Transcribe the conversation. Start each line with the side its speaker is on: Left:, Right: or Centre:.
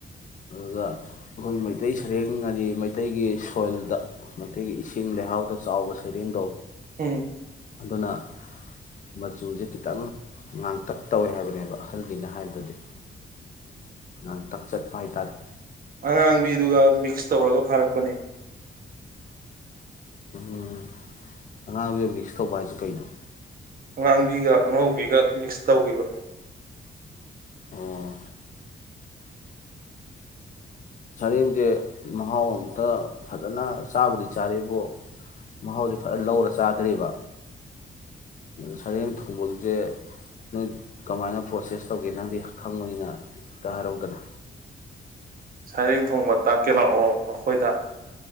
Left: ꯑꯗꯨꯒ ꯑꯩꯈꯣꯏ ꯃꯩꯇꯩ ꯁꯔꯦꯡ ꯍꯥꯏꯗꯤ ꯃꯩ ꯃꯩꯇꯩꯒꯤ ꯁꯣꯏꯜꯗ ꯃꯩꯇꯩꯒꯤ ꯏꯁꯤꯡ ꯂꯩꯍꯥꯎꯗ ꯆꯥꯎꯕ ꯁꯩꯔꯦꯡꯗꯣ
Right: ꯎꯝ
Left: ꯑꯗꯨꯅ ꯃꯆꯨꯁꯦ ꯈꯤꯇꯪ ꯉꯥꯡꯇꯛ ꯇꯧꯋꯦ ꯍꯥꯏꯕꯅꯦꯕ ꯑꯍꯜꯒꯤꯩꯅ ꯍꯥꯏꯕꯗꯗꯤ ꯉꯥꯡꯇꯛ ꯆꯠꯄ ꯍꯥꯏꯇꯥꯔꯦ
Right: ꯑꯉꯥꯡꯕꯤꯗꯨꯒ ꯃꯤꯛꯁ ꯇꯧꯔꯒ ꯐꯥꯔꯛꯄꯅꯦ
Left: ꯎꯝ ꯑꯉꯥꯡꯕꯤꯒ ꯃꯤꯛꯁ ꯇꯧꯕ ꯍꯥꯏꯁꯤ ꯀꯩꯩꯅꯣ
Right: ꯑꯉꯥꯡꯕꯤꯒ ꯑꯉꯧꯕꯤꯒ ꯃꯤꯛꯁ ꯇꯧꯈꯤꯕ
Left: ꯑꯣ ꯁꯔꯦꯡꯁꯦ ꯃꯍꯥꯎ ꯑꯃꯝꯇ ꯐꯖꯅ ꯆꯥꯕꯨꯗꯤ ꯆꯥꯔꯤꯕꯔꯤꯕꯣ ꯃꯍꯥꯎꯗꯤ ꯐꯖ ꯂꯧꯔ ꯆꯥꯗ꯭ꯦꯔꯤꯕ ꯑꯗꯨ ꯁꯔꯦꯡ ꯊꯣꯡꯕꯁꯦ ꯅꯣꯏ ꯀꯃꯥꯏꯅ ꯄ꯭ꯔꯣꯁꯦꯁ ꯇꯧꯒꯦ ꯅꯪꯗꯤ ꯈꯪꯕꯅꯤꯅ ꯑꯝꯇ ꯍꯥꯏꯔꯧꯗꯅ
Right: ꯁꯔꯦꯡ ꯊꯣꯡꯕ ꯇꯥꯛꯀꯦ ꯂꯥꯛꯑꯣ ꯑꯥꯈꯣꯏꯗ